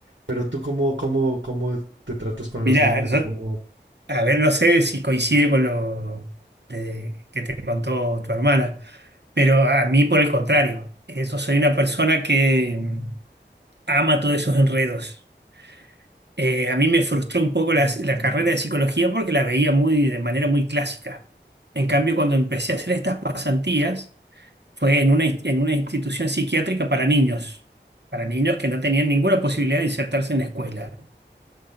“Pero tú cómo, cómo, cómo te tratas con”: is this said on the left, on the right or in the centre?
Right